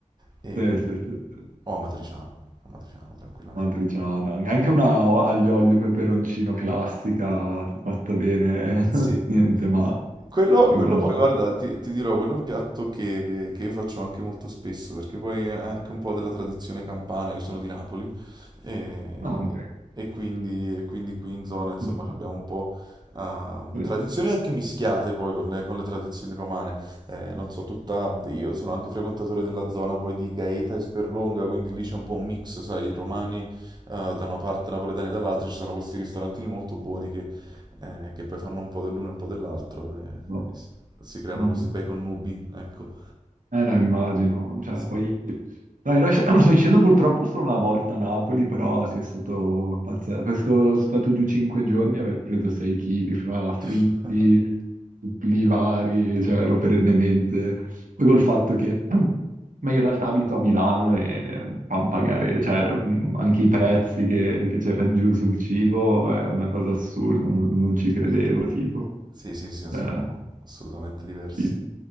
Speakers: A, on the right (about 35°); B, on the right (about 85°).
A: E,
B: sì, sì, sì, sì.
A: o amatriciana, amatriciana tranquillamente.
B: Matriciana, anche una o- aglio olio e peperoncino classica fatta bene, <laughs>
A: Sì,
B: niente male
A: quello,
B: in
A: quello
B: realtà.
A: poi guarda, ti, ti dirò, quello è un piatto che, che io faccio anche molto spesso, perché poi è anche un po' della tradizione campana, io sono di Napoli, e,
B: No, ok.
A: e quindi, e quindi qui in zona, insomma,
B: <laughs>
A: abbiamo un po' ehm,
B: Sì,
A: tradizioni anche mischiate poi con le, con le tradizioni romane. Eh, non so, tutta, io sono anche frequentatore della zona poi di Gaeta e Sperlonga, quindi lì c'è un po' un mix, sai, i romani eh, da una parte, napoletani dall'altra, ci sono questi ristorantini molto buoni eh, che poi fanno un po' dell'uno e un po' dell'altro e
B: no.
A: si si creano
B: Mhm.
A: questi bei connubi, ecco.
B: Eh no, immagino, cioè,
A: Sì,
B: poi No, ero, <clears throat> sono sceso <laughs> purtroppo solo una volta a Napoli, però sì, è stato pazzesco. Sono stato giù cinque giorni e aver preso 6 kg fra fritti,
A: <laughs>
B: suppli vari, cioè ero perennemente... Poi col fatto che... <clears throat> Ma io in realtà abito a Milano e pan pagare, cioè mh, anche i prezzi che, che c'erano giù sul cibo è una cosa assurda, non, non ci
A: certo.
B: credevo, tipo.
A: Sì, sì, sì,
B: Cioè,
A: sono assolutamente diversi.
B: sì,